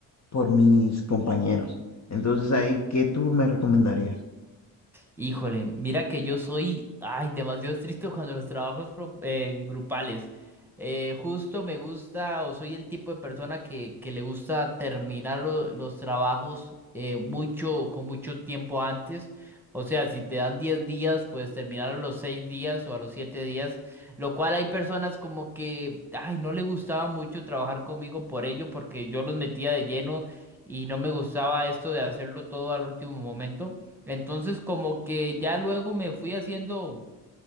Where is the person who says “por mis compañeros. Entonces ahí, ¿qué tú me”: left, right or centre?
Left